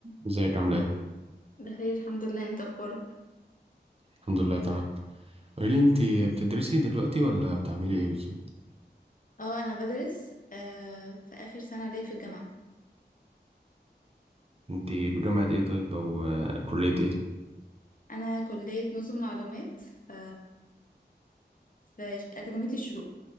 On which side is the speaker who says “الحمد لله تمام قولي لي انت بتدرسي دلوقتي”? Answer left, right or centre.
Right